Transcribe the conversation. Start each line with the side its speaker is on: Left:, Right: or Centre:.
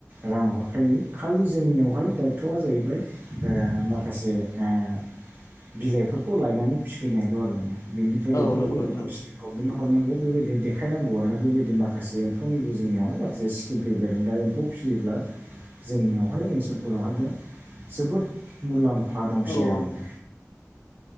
Right: रां हरखायो खालि जोंनियावहाय दायथ'आ जाहैबाय बे माखासे बे बिलाइफोरखौ लायनानै फिफैनाय दं आरोोना बेनिफ्राय
Left: औ
Right: एम्फौखौ
Left: नंगौ
Right: द
Left: नोंथां
Right: गभनमेन्टआव हरनांगौ बेबायदिनोेखायनांगौ आर ना बेबायदि माखासे एमफौनिबो जोंनियावहाय मासे स्किम फैबाय आरो दा एम्फौ फियोब्ला जोंनियावहाय ओनसोलफोरावहाय दा जोबोद मुलाम्फा बिफा दंसै
Left: औ
Right: आरोना